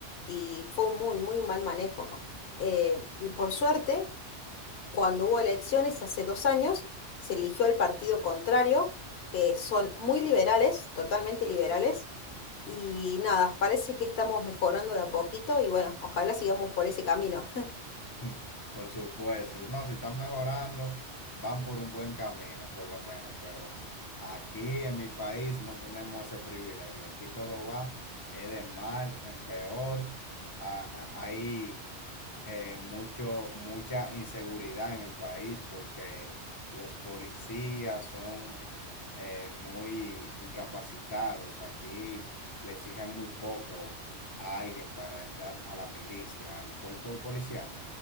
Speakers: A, on the left (about 60°); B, on the left (about 30°).
A: y fue un muy, muy mal manejo. Eh, por suerte, cuando hubo elecciones hace dos años, se eligió al partido contrario, que son muy liberales, totalmente liberales. Y nada, parece que estamos mejorando de a poquito y bueno, ojalá sigamos por ese camino. <laughs>
B: Mm, Por supuesto, no, si están mejorando, van por un buen camino, por lo menos, pero aquí en mi país no tenemos ese privilegio. Aquí todo va, es de mal en peor. A- a- ahí eh, mucho, mucha inseguridad en el país porque los policías son eh, muy incapacitados. Aquí le exigen muy poco a alguien para entrar a la milicia, al cuerpo policial.